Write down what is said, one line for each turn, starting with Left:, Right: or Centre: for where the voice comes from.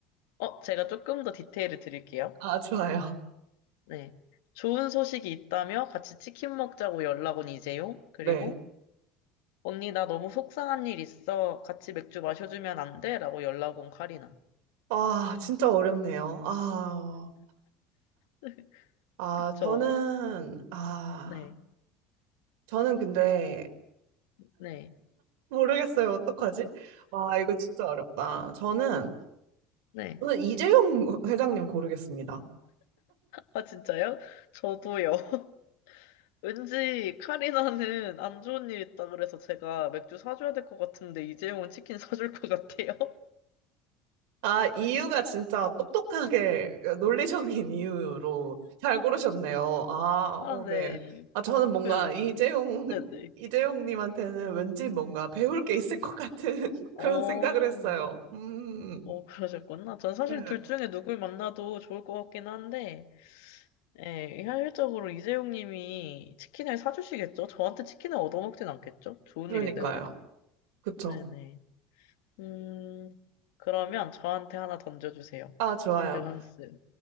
Left: 어, 제가 조금 더 디테일을 드릴게요.
Right: 아, 좋아요.
Left: 네. 좋은 소식이 있다며 같이 치킨 먹자고 연락 온 이재용. 그리고
Right: 네.
Left: 언니 나 너무 속상한 일 있어. 같이 맥주 마셔주면 안 돼? 라고 연락 온 카리나.
Right: 아, 진짜 어렵네요. 아,
Left: <laughs>
Right: 아,
Left: 그쵸.
Right: 저는, 아,
Left: 네.
Right: 저는 근데
Left: 네.
Right: 모르겠어요. 어떡하지? 와, 이거 진짜 어렵다. 저는,
Left: 네.
Right: 저는 이재용 회장님 고르겠습니다.
Left: 아, 진짜요? 저도요. <laughs> 왠지 카리나는 안 좋은 일 있다 그래서 제가 맥주 사줘야 될 것 같은데 이재용은 치킨 사줄 것 같아요.
Right: 아, 이유가 진짜 똑똑하게 그 논리적인 이유로 잘 고르셨네요. 아,
Left: <laughs> 아,
Right: 어,
Left: 네.
Right: 네. 아, 저는 뭔가
Left: 그,
Right: 이재용, <laughs>
Left: 네네.
Right: 이재용님한테는 왠지 뭔가 배울 게 있을 것 같은 <laughs> 그런
Left: 어,
Right: 생각을 했어요. 음,
Left: 어, 그러셨구나. 전 사실
Right: 네.
Left: 둘 중에 누굴 만나도 좋을 것 같긴 한데, 예, 현실적으로 이재용 님이 치킨을 사주시겠죠? 저한테 치킨을 얻어먹진 않겠죠? 좋은
Right: 그러니까요.
Left: 일인데, 그래도.
Right: 그쵸.
Left: 네네. 음, 그러면 저한테 하나 던져주세요.
Right: 아, 좋아요.
Left: 밸런스.